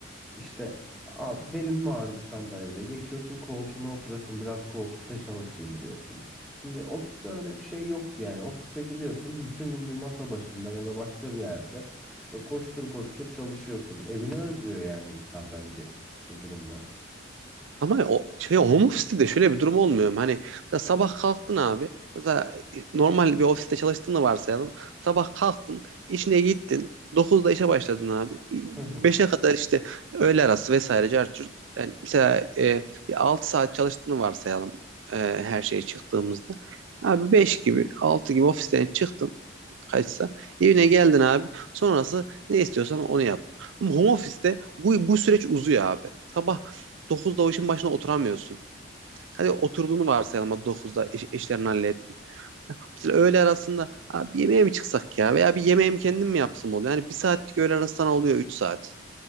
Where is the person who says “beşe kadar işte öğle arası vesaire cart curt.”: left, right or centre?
Right